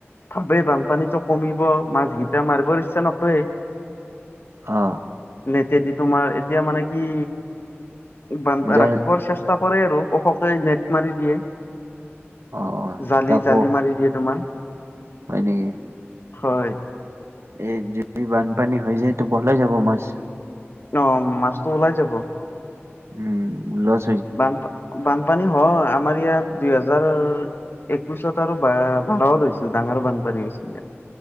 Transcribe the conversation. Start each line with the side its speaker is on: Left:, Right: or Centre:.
Left: ভাবে বানপানীটো কমিব মাছকেইটা মাৰিবৰ ইচ্ছা নকৰে।
Right: অ
Left: নেতেদি তোমাৰ এতিয়া মানে কি বান
Right: যাৰ
Left: ৰাখিবৰ চেষ্টা চেষ্টা কৰে আৰু ওখকৈ নেট মাৰি দিয়ে।
Right: অ অ
Left: জালি
Right: তাকো
Left: জালি মাৰি দিয়ে তোমাৰ।
Right: হয় নেকি?
Left: হয়
Right: এ যদি বানপানী হৈ যায় এইটো ওলাই যাব মাছ।
Left: অ' মাছটো ওলাই যাব।
Right: উম ওলাই।
Left: বানপা বানপানী হয়, আমাৰ ইয়াত দুই হেজাৰ একৈশত আৰু বাৰত হৈছিল ডাঙৰ বানপানী হৈছিল ইয়াত।